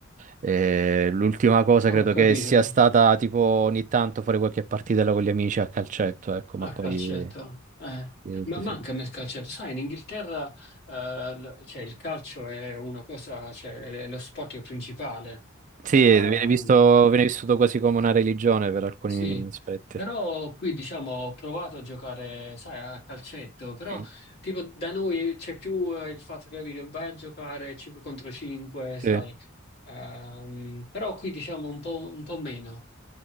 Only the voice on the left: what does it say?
Ho
capito,
a
calcetto. eh.
Ma
manca
a me il calcetto. Sai, in Inghilterra eh, l- cioè, il calcio è una cosa, cioè, è lo sport principale.
Ehm,
Sì,
però qui diciamo ho provato a giocare, sai, a calcetto, però
tipo da noi c'è più eh, il fatto che capito, vai a giocare 5 contro 5,
sai, Ehm, però qui diciamo un po', un po' meno.